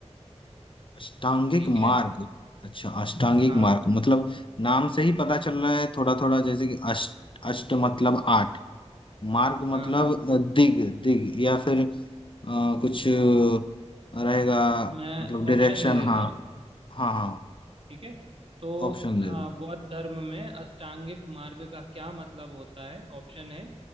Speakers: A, on the left (about 45°); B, on the right (about 55°).
A: अष्टांगिक
B: ठीक
A: मार्ग
B: है
A: अच्छा अष्टांगिक
B: हाँ
A: मार्ग मतलब नाम से ही पता चल रहा है थोड़ा थोड़ा जैसे कि अष्ट अष्ट मतलब आठ मार्ग
B: हाँ
A: मतलब
B: हाँ
A: अ, दिग दिग या फिर अ, कुछ अ, रहेगा
B: मैं
A: मतलब डायरेक्शन
B: ऑप्शन दे देता
A: हाँ
B: हूँ
A: हाँ हाँ
B: ठीक है तो
A: ऑप्शन दे
B: अ,
A: दो
B: बौद्ध धर्म में अष्टांगिक मार्ग का क्या मतलब होता है ऑप्शन है